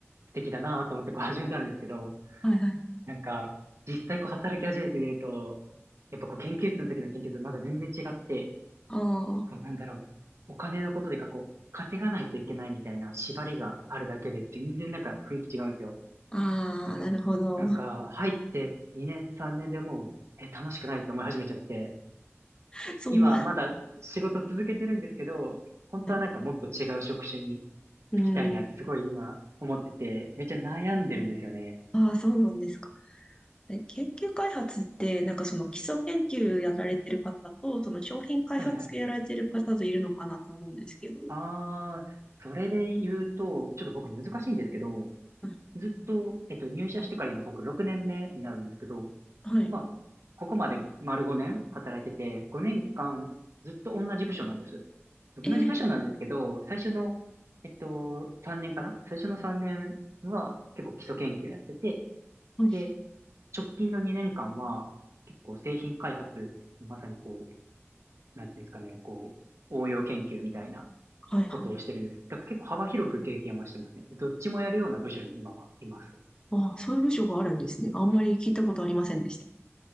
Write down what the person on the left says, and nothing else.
はいはい。
ああ。
ああ、
なるほど。
<laughs> そんな。
はい。うん。
ああ、そうなんですか。え研究開発って、なんかその基礎研究やられてる方と、その商品開発系やられてる方といるのかなと思うんですけど。
はい。
はい
えー
はい。
はいはい。
ああ、そういう部署があるんですね。あんまり聞いたことありませんでした。